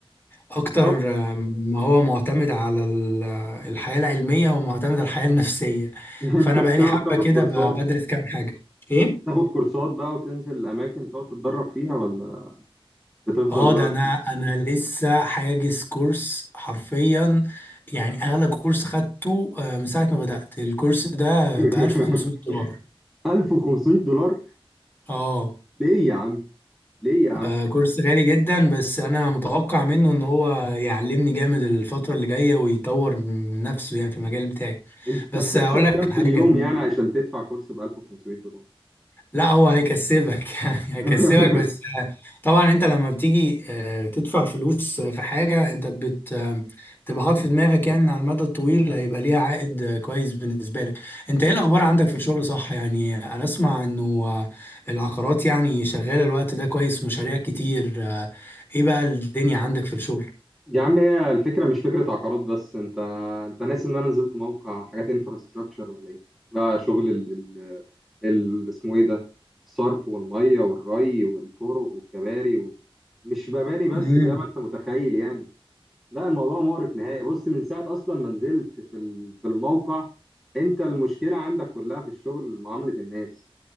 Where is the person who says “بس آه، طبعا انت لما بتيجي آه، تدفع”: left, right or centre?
Left